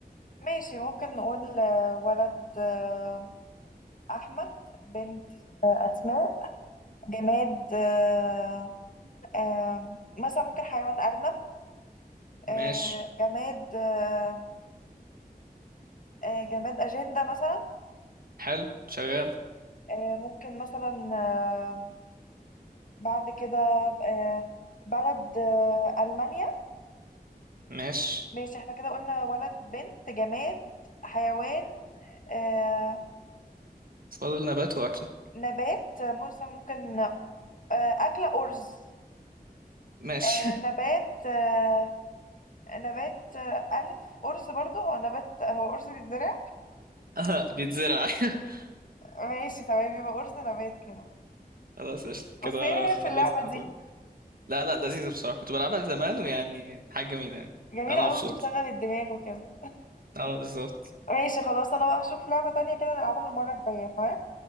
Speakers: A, on the left (about 55°); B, on the right (about 65°).
A: ماشي ممكن نقول آه، ولد آه، أحمد بنت آه، أسماء جماد آه، آه، مثلا ممكن حيوان أرنب آه،
B: ماشي
A: جماد آه، آه، جماد أجندة مثلا
B: حلو شغال
A: آه، ممكن مثلا آه، بعد كده آه، بلد آه، ألمانيا
B: ماشي
A: ماشي احنا كده قلنا ولد بنت جماد حيوان آه،
B: فاضل نبات واكلة
A: نبات آه، مثلا ممكن آه، أكلة أرز
B: ماشي
A: آه، نبات آه، نبات آه، ألف أرز برضه هو نبات هو أرز بيتزرع
B: <laughs> اه بيتزرع <laughs>
A: ماشي تمام يبقى أرز نبات كده
B: خلاص قشطة كده
A: بس ايه رأيك
B: خلصنا
A: في اللعبة
B: طبعا
A: دي؟
B: لا لا لذيذة بصراحة كنت بلعبها زمان ويعني حاجة جميلة يعني
A: جميلة
B: انا
A: قوي
B: مبسوط
A: بتشغل الدماغ وكده
B: اه بالظبط
A: ماشي خلاص أنا بقى هشوف لعبة تانية كده نلعبها المرة الجاية تمام؟